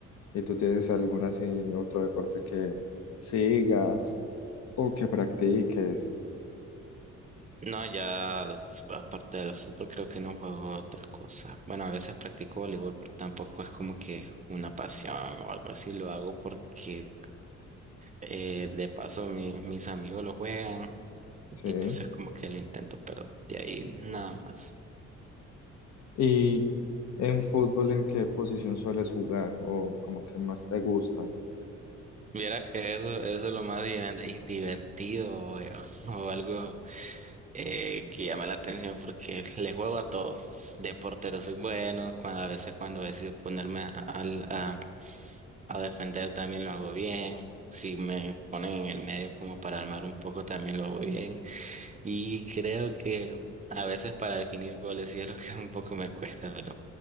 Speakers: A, on the left; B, on the right.
A: ¿Y tú tienes algún así otro deporte que sigas o que practiques?
B: No, ya s- aparte del fútbol creo que no juego otra cosa. Bueno, a veces practico voleibol, pero tampoco es como que una pasión o algo así. Lo hago porque eh, de paso mi- mis amigos lo juegan y
A: Sí.
B: entonces como que lo intento, pero de ahí nada más.
A: Y en fútbol, ¿en qué posición sueles jugar o como que más te gusta?
B: Vieras que eso, eso es lo más diven- y divertido o, o algo eh, que llama la atención porque le juego a todo. De portero soy bueno, cuando, a veces cuando decido ponerme a, al- a, a defender también lo hago bien. Si me ponen en el medio como para armar un poco también lo hago bien. Y creo que a veces para definir goles sí es lo que <laughs> un poco me cuesta, pero